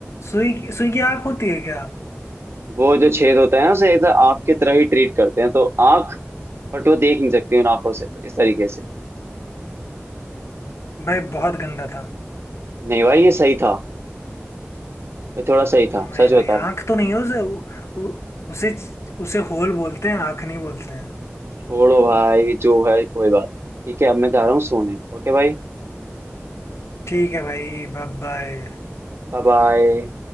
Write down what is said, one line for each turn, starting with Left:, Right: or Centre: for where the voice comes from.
Left: सुई की सुई की आंख होती है क्या
Right: वो जो छेद होता है ना उसे एक आंख की तरह ही ट्रीट करते हैं तो आंख बट वो देख नहीं सकती उन आंखों से तो इस तरीके से
Left: भाई बहुत गंदा था
Right: नहीं भाई ये सही था ये थोड़ा सही था
Left: नहीं
Right: सच
Left: भाई
Right: बता रहा
Left: आंख
Right: हूँ
Left: तो नहीं है उसे उ, उ, उसे उसे होल बोलते हैं आंख नहीं बोलते हैं
Right: छोड़ो भाई जो है कोई बात नहीं ठीक है अब मैं जा रहा हूँ सोने ओके भाई
Left: ठीक है भाई बाय बाय
Right: Bye bye